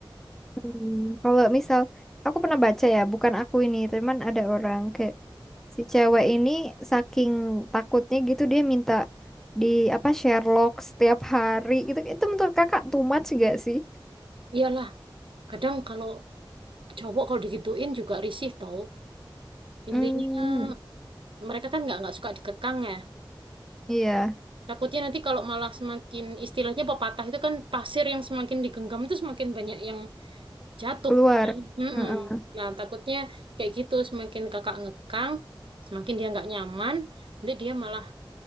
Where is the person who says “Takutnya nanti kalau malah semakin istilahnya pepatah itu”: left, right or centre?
Right